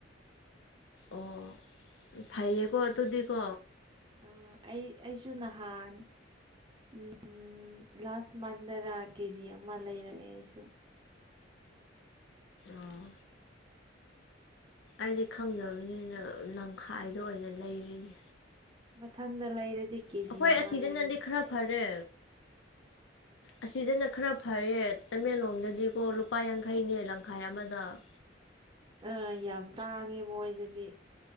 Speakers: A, on the left; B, on the right.
A: ꯑꯣ ꯐꯩꯌꯦꯀꯣ ꯑꯗꯨꯗꯤꯀꯣ
B: ꯑ ꯑꯩ ꯑꯩꯁꯨ ꯅꯍꯥꯟ ꯎꯝ ꯎꯝ ꯂꯥꯁ ꯃꯟꯗꯔꯥ ꯀꯦꯖꯤ ꯑꯃ ꯂꯩꯔꯛꯑꯦ ꯑꯩꯁꯨ
A: ꯑꯣ ꯑꯩꯗꯤ ꯈꯪꯗꯕꯅꯤꯅ ꯂꯪꯈꯥꯏꯗ
B: ꯎꯝ
A: ꯑꯣꯏꯅ ꯂꯩꯔꯤꯅꯦ
B: ꯃꯊꯪꯗ ꯂꯩꯔꯗꯤ ꯀꯦꯖꯤ
A: ꯑꯩꯈꯣꯏ
B: ꯑꯃ
A: ꯑꯁꯤꯗꯅꯗꯤ
B: ꯂꯩꯌꯣ
A: ꯈꯔ ꯐꯔꯦ ꯑꯁꯤꯗꯅ ꯈꯔ ꯐꯔꯦ ꯇꯃꯦꯡꯂꯣꯡꯗꯗꯤꯀꯣ ꯂꯨꯄꯥ ꯌꯥꯡꯈꯩꯅꯦ ꯂꯝꯈꯥꯏ ꯑꯃꯗ <inaudible>
B: ꯑ ꯌꯥꯝ ꯇꯥꯡꯉꯦ ꯃꯣꯏꯗꯗꯤ